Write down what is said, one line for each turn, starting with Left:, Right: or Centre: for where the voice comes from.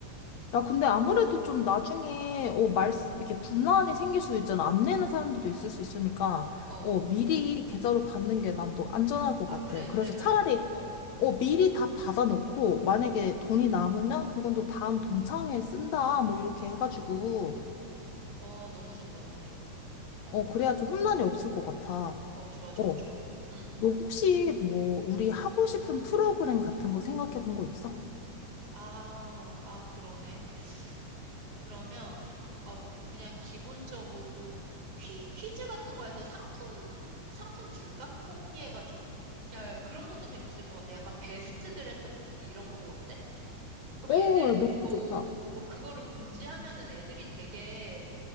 Left: 야, 근데 아무래도 좀 나중에, 어, 말, 이렇게 분란이 생길 수도 있잖아. 안 내는 사람들도 있을 수 있으니까,
Right: 어,
Left: 어, 미리 계좌로 받는 게 난 또 안전할 것
Right: 아,
Left: 같아.
Right: 그래,
Left: 그래서
Right: 그래, 그럼,
Left: 차라리,
Right: 어,
Left: 어, 미리 다 받아놓고, 만약에 돈이 남으면 그건 또 다음 동창회에 쓴다, 뭐, 이렇게 해가지고,
Right: 어, 너무 좋다, 너무 좋아. 어,
Left: 어, 그래야 좀 혼란이 없을 것 같아.
Right: 어, 좋아, 좋아,
Left: 어,
Right: 좋아. 음.
Left: 너 혹시 뭐, 우리 하고 싶은 프로그램 같은 거 생각해 본 거 있어?
Right: 아, 아, 그러네. 그러면, 아, 뭐, 그냥 기본적으로 퀴, 퀴즈 같은 거에서 상품, 상품 줄까? 뽑기 해가지고. 야, 야, 그런 것도 재밌을 것 같아. 약간 베스트 드레서 뽑기 이런 것도 어때? 그럼
Left: 오,
Right: 애들이,
Left: 야, 너무
Right: 오,
Left: 좋다.
Right: 오, 그거를 공지하면은 애들이 되게